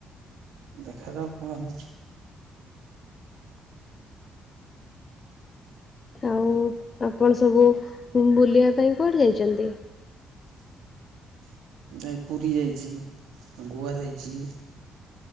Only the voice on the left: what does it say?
ଆଉ ଆପଣ ସବୁ ବୁଲିଆ ପାଇଁ କୁଆଡେ ଯାଇଛନ୍ତି?